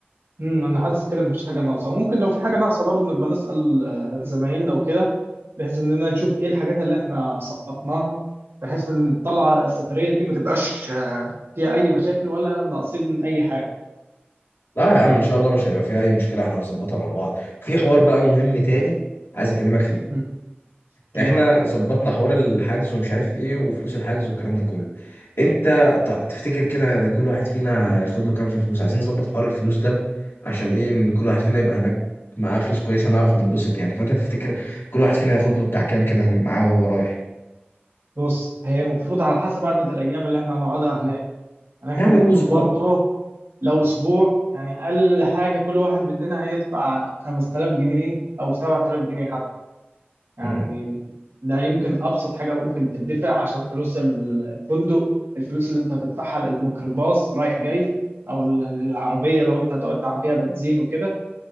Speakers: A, on the right; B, on the left.
A: امم انا حاسس كده مفيش حاجه ناقصه ممكن لو في حاجه ناقصه برضه نبقى نسال آه، زمايلنا وكده بحيث اننا نشوف ايه الحاجات اللي احنا سقطناها بحيث ان الطلعه السفريه دي ما تبقاش آه، فيها اي مشاكل ولا ناقصين اي حاجه
B: لا يا عم ان شاء الله مش هيبقى فيها اي مشكله احنا هنظبطها مع بعض في حوار بقى مهم تاني عايز اكلمك فيه
A: امم ايوه
B: احنا ظبطنا حوار الحجز ومش عارف ايه وفلوس الحجز والكلام ده كله انت ت- تفتكر كده كل واحد فينا ياخد له كام في الفلوس عايزين نظبط حوار الفلوس ده عشان ايه ان كل واحد فينا يبقى هناك معاه فلوس كويسه نعرف نتبسط يعني فانت تفتكر كل واحد فينا ياخد له بتاع كام كده هن- معاه وهو رايح
A: بص هي المفروض على حسب عدد الايام اللي احنا هنقعدها هناك يعني احنا
B: يعني
A: المفروض
B: قول اسبوع
A: برضه لو اسبوع يعني اقل حاجه كل واحد مننا هيدفع 5000 جنيه او 7000 جنيه حتى يعني
B: مم.
A: ده يمكن ابسط حاجه ممكن تدفع عشان فلوس ال- الفندق الفلوس اللي انت هتدفعها للميكروباص رايح جاي او ال- العربيه لو انت هتقعد تعبيها بنزين وكده